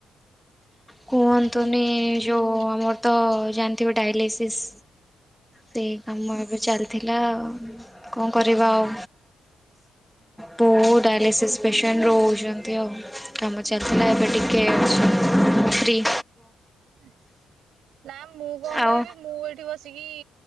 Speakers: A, in the centre; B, on the right.
A: କୁହନ୍ତୁନି
B: ହୁଁ ହୁଁ
A: ଯୋଉ
B: ହୁଁ।
A: ଆମର ତ ଜାଣିଥିବ ଡାଇଲିସିସ୍ ସେଇ କାମ ଏବେ ଚାଲିଥିଲା ଆଉ। କଣ କରିବା ଆଉ ବହୁତ ଡାଇଲିସିସ୍ ପେସେଣ୍ଟ ରହୁଛନ୍ତି, କମ୍ ଚାଲିଥିଲା ଏବେ ଟିକେ <unintelligible> ପଖ୍ରୀ
B: ହ ନା ମୁଁ କଣ
A: ଆଉ
B: କହିବି ମୁଁ ଏଇଠି ବସିକି